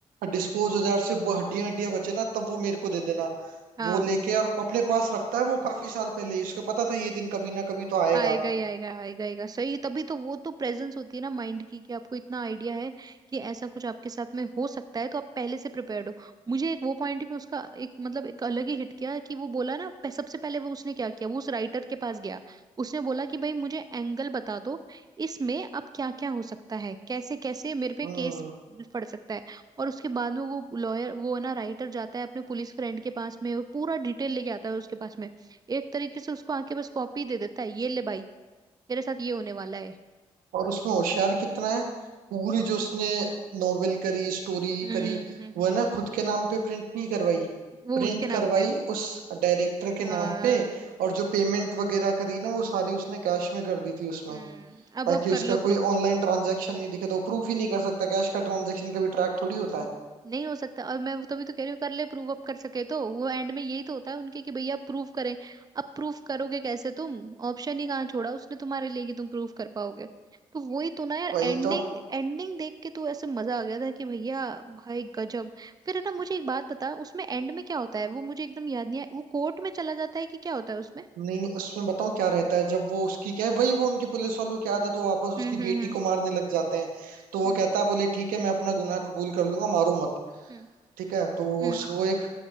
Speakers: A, on the right (about 80°); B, on the right (about 25°).
A: डिस्पोज हो जाए और सिर्फ हड्डियां हड्डियां बचे ना तब वो मेरे को दे देना
B: हम्म
A: वो लेके और अपने पास रखता है वो काफी साल पहले ही उसको पता था ये दिन कभी ना कभी तो आएगा
B: आएगा ही आएगा आएगा आएगा सही तभी तो वो तो प्रेजेंस होती है ना माइंड की कि आपको इतना आइडिया है कि ऐसा कुछ आपके साथ में हो सकता है तो आप पहले से प्रिपेयर्ड हो मुझे एक वो पॉइंट भी उसका एक मतलब एक अलग ही हिट किया कि वो बोला ना प- सबसे पहले वो उसने क्या किया वो उस राइटर के पास गया उसने बोला कि भाई मुझे एंगल बता दो इसमें अब क्या क्या हो सकता है कैसे कैसे मेरे पे
A: हम्म
B: केस पड़ सकता है और उसके बाद में वो लॉयर वो ना राइटर जाता है अपने पुलिस फ्रेंड के पास में और पूरा डिटेल लेके आता है उसके पास में एक तरीके से उसको आके बस कॉपी दे देता है ये ले भाई तेरे साथ ये होने वाला है
A: और उसमें होशियार कितना है पूरी जो उसने नॉवेल करी स्टोरी
B: हम्म
A: करी
B: हम्म
A: वो
B: हम्म
A: है ना खुद के नाम पे प्रिंट नहीं करवाई
B: वो
A: प्रिंट
B: उसके नाम
A: करवाई
B: पे
A: उस डायरेक्टर के
B: हाँ
A: नाम पे और जो पेमेंट वगैरह करी ना वो सारी उसने कैश में कर दी थी उसमें
B: हम्म अब
A: ताकि
B: अब
A: उसका
B: कर लो
A: कोई
B: प्रूफ।
A: ऑनलाइन ट्रांजैक्शन नहीं दिखे तो प्रूफ ही नहीं कर सकता कैश का ट्रांजैक्शन कभी ट्रैक थोड़ी होता है
B: नहीं हो सकता और मैं वो तभी तो कह रही हूँ कर ले प्रूव अप कर सके तो वो एंड में यही तो होता है उनके कि भैया प्रूव करें अब प्रूफ करोगे कैसे तुम ऑप्शन ही कहाँ छोड़ा उसने तुम्हारे लिए कि तुम प्रूफ कर पाओगे तो वही तो ना यार
A: वही
B: एंडिंग
A: तो
B: एंडिंग देख के तो ऐसे मजा आ गया था कि भैया भाई गजब फिर है ना मुझे एक बात बता उसमें एंड में क्या होता है वो मुझे एकदम याद नहीं है वो कोर्ट में चला जाता है कि क्या होता है उसमें
A: नहीं नहीं उसमें बताओ क्या रहता है जब वो उसकी क्या है वही वो उनकी पुलिस वालों की आदत तो वापस उसकी
B: हम्म हम्म
A: बेटी को मारने लग जाते हैं तो वो
B: हम्म
A: कहता है बोले ठीक है मैं अपना गुनाह कबूल कर लूंगा मारो मत
B: हम्म
A: ठीक है तो
B: हम्म
A: उसको एक